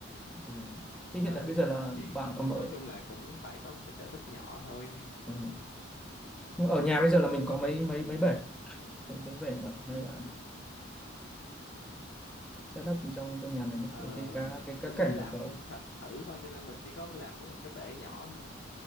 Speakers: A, in the centre; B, on the left (about 60°).
A: ừ. thế
B: đó
A: hiện tại bây giờ là
B: thì
A: bạn
B: nó-
A: còn
B: nói
A: ở
B: chung là cũng phải có một cái sở thích nhỏ thôi
A: ừ. nhưng ở nhà bây giờ là mình có mấy mấy mấy bể mấy bể nhỏ hay là setup trong trong nhà mình ấy,
B: Ờ,
A: cái cái cá cái cá
B: mình
A: cảnh
B: mới làm
A: của cậu
B: th thử thôi cho nên mình chỉ có làm có một cái bể nhỏ thôi